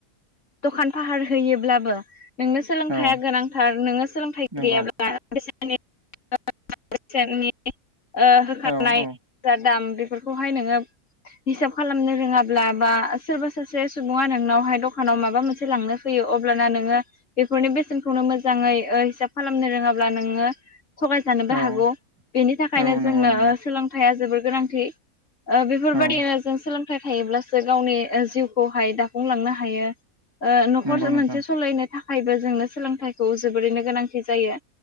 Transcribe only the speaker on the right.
औ
नंगौ
औ औ
औ
औ नंगौ
नंगौ
औ
नंगौ नोंथां